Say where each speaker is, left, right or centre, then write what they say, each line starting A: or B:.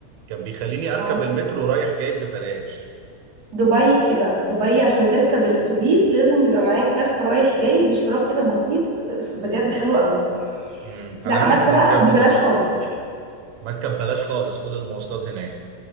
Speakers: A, on the right (about 80°); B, on the right (about 60°).
A: كان بيخليني اركب
B: اه
A: المترو رايح جاي ببلاش
B: دبي كده دبي عشان تركب الاتوبيس لازم يبقى معاك كارت رايح جاي باشتراك كده بسيط بجد حلو قوي
A: امم انا
B: لا مكه
A: هحجز
B: بقى
A: الكارت
B: ببلاش
A: ده بقى
B: خالص
A: ما اركب بلاش خالص كل المواصلات هناك